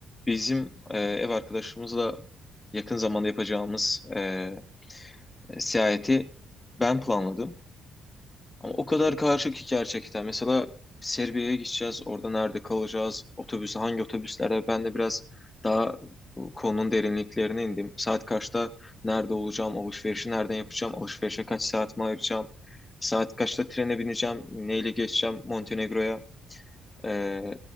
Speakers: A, on the left; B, on the right.
A: bizim e, ev arkadaşımızla yakın zamanda yapacağımız e, e, seyahati ben planladım. Ama
B: Hmm,
A: o kadar
B: iyiymiş.
A: karışık ki gerçekten. Mesela Serbia'ya gideceğiz. Orada nerede kalacağız? Otobüsü hangi otobüslerde? Ben de biraz daha bu konunun derinliklerine indim. Saat kaçta nerede olacağım? Alışverişi nereden yapacağım? Alışverişe kaç saatimi ayıracağım? Saat kaçta
B: Hmm.
A: trene bineceğim? Neyle geçeceğim Montenegro'ya? Ee,